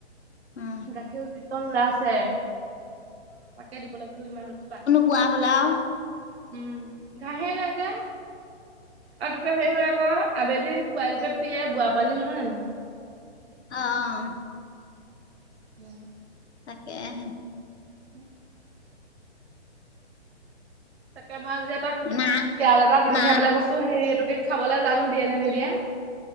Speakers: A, on the left; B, on the right.
A: উম,।
B: গাখীৰ যিকন ওলাছে তাকে দিবলৈ ব'লো ইমান উৎপাত।
A: পোৱা হ'লাও।
B: উম, ঘাঁহে নাই যে, আৰু দুটা হেৰি হয় আকৌ। আবেলি পোৱালিতে প্ৰিয়ে বুঢ়া পালি নহয় জানো?
A: অ'।
B: উম,।
A: তাকে হে।
B: <unintelligible> তাকে মাই আজি এপাক
A: মা
B: চিয়াল এটা দি
A: মাহঁত
B: পঠিয়াবলৈ কৈছো হেৰি এইটোকে খাবলৈ জানো দিয়ে নে নিদিয়ে।